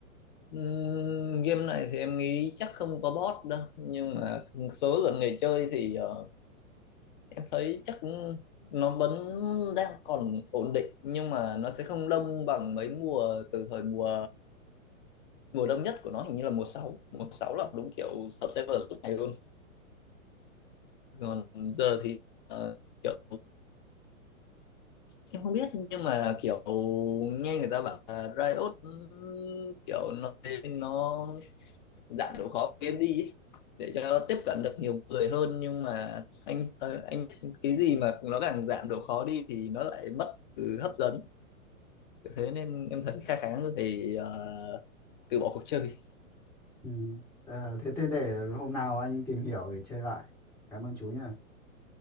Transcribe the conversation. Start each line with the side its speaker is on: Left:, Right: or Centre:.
Left: Ừm, game này thì em nghĩ chắc không có bot đâu nhưng mà số lượng người chơi thì ờ, em thấy chắc nó vẫn đang còn ổn định nhưng mà nó sẽ không đông bằng mấy mùa từ thời mùa mùa đông nhất của nó hình như là mùa sáu mùa 6 là đúng kiểu sub server suốt ngày luôn còn giờ thì ờ, kiểu em không biết nhưng mà kiểu nghe người ta bảo là Riot ừm, kiểu nó nó dạng độ khó của game đi ấy, để cho tiếp cận được nhiều người hơn nhưng mà anh ờ, anh cái gì mà nó càng giảm độ khó đi thì nó lại mất sự hấp dẫn thế nên em thấy khá khá người phải ờ, từ bỏ cuộc chơi
Centre: Ừ. Ờ, thế thế để hôm nào anh tìm hiểu để chơi lại. Cảm ơn chú nhé.